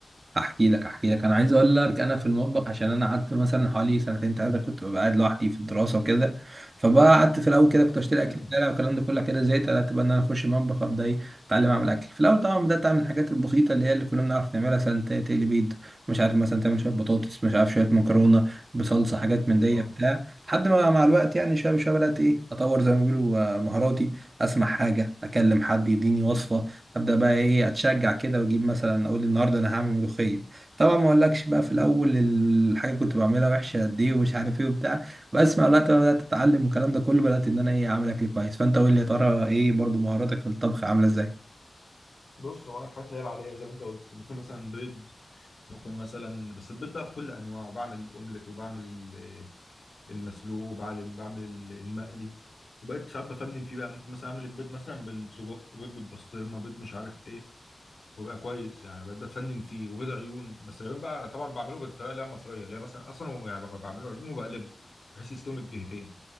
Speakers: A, on the right (about 45°); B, on the left (about 70°).
A: احكي لك احكي لك انا عايز اقول لك انا في المطبخ عشان انا قعدت مثلا حوالي سنتين ثلاثه كنت ببقى قاعد لوحدي في الدراسه وكده فبقى قعدت في الاول كده كنت اشتري اكل
B: امم
A: في الشارع والكلام ده كله كده زهقت قعدت بقى ان انا اخش المطبخ ابدا ايه اتعلم اعمل اكل في الاول طبعا بدات اعمل الحاجات البسيطه اللي هي اللي كلنا بنعرف نعملها مثلا ت- تقلي بيض مش عارف مثلا تعمل شويه بطاطس مش عارف شويه مكرونه بصلصه حاجات من دي
B: اه
A: بتاع لحد ما مع الوقت يعني شويه شويه بدات ايه اطور زي ما بيقولوا آه، مهاراتي اسمع حاجه اكلم حد يديني وصفه ابدا بقى ايه اتشجع كده واجيب مثلا اقول النهارده انا هعمل ملوخيه طبعا ما اقولكش بقى في الاول الحاجه كنت بعملها وحشه قد ايه ومش عارف ايه وبتاع بس مع الوقت بقى بدات اتعلم والكلام ده كله بدات ان انا ايه اعمل اكل كويس فانت قول لي يا ترى ايه برضو مهاراتك في الطبخ عامله ازاي
B: بص هو انا الحاجات اللي هي العاديه زي ما انت قلت ممكن مثلا بيض ممكن مثلا بس البيض بقى بكل انواعه وبعمل اومليت وبعمل ال- المسلوق وبعمل بعمل ال- المقلي وبقيت ساعات بفنن فيه بقى ممكن مثلا اعمل البيض مثلا بالسجق بيض بالبسطرمه بيض مش عارف ايه، وبقى كويس يعني بقيت بتفنن فيه وبيض عيون بس العيون بقى طبعا بعمله بالطريقه اللي هي المصريه اللي هي مثلا اصلا هو يعني باخد- بعمله عيون وبقلبه بحيث يستوي من الجهتين